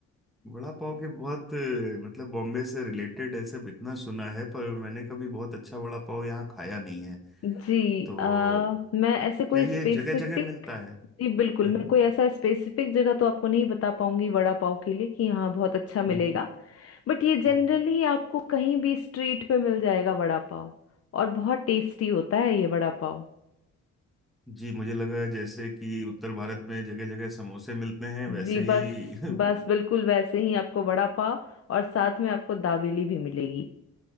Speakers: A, in the centre; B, on the left.
A: वड़ा पाव के बहुत अ, मतलब बॉम्बे से रिलेटेड ऐसे इतना सुना है पर मैंने कभी बहुत अच्छा वड़ा पाव यहाँ खाया नहीं है
B: जी
A: तो
B: आ, मैं ऐसे कोई
A: क्या ये
B: स्पेसिफिक
A: जगह जगह मिलता है
B: जी बिल्कुल
A: हम्म
B: मैं
A: हम्म
B: कोई ऐसा स्पेसिफिक जगह तो आपको नहीं बता पाऊंगी वड़ा पाव के लिए कि यहाँ बहुत अच्छा मिलेगा
A: हम्म, हम्म।
B: बट ये जनरली
A: हम्म, हम्म।
B: आपको कहीं भी स्ट्रीट पे मिल जाएगा वड़ा पाव और बहुत टेस्टी होता है ये वड़ा पाव
A: जी मुझे लगा जैसे कि उत्तर भारत में जगह जगह समोसे मिलते हैं वैसे
B: जी
A: ही
B: बस
A: <laughs>
B: बस बिल्कुल वैसे ही आपको वड़ा पाव और साथ में आपको दावेली भी मिलेगी